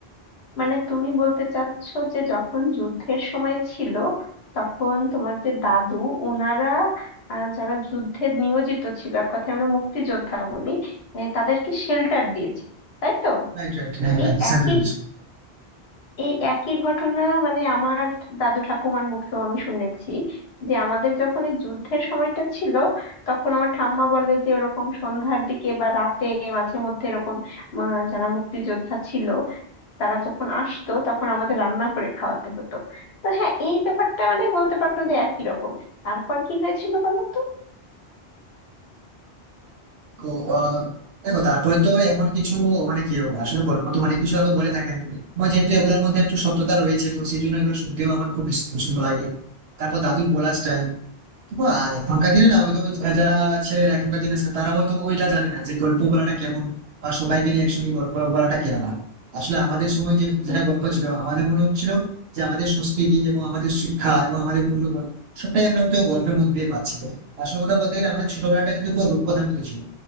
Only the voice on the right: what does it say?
রাইট রাইট হ্যাঁ হ্যাঁ
সেন্ট
লুইস।
তো আহ, দেখো তারপরে তো এমন কিছু মানে কি আসলে গল্প তো অনেক কিছু হয়তো বলে থাকেন এবং যেহেতু এগুলোর মধ্যে একটু সত্যতা রয়েছে তো সেই জন্য এগুলো শুনতেও আমার খুব বেশ পছন্দ লাগে তারপর দাদুর বলার স্টাইল তবু আর এখনকার দিনে না হয়তো যারা ছেলেরা এখনকার দিনে ছেলে, তারা হয়তো ওইটা জানে না যে গল্প বলাটা কেমন বা সবাইকে নিয়ে একসঙ্গে গল্প বলাটা কেমন আসলে আমাদের সময় যে যেটা
গল্প ছিল আমাদের মনে হচ্ছিল যে আমাদের সংস্কৃতি এবং আমাদের শিক্ষা এবং আমাদের মূল্যবোধ সবটাই আমরা হয়তো গল্পের মধ্যে দিয়ে পাচ্ছি আসল কথা বলতে গেলে আমাদের ছোটবেলাটা কিন্তু পুরো রূপকথার মতো ছিল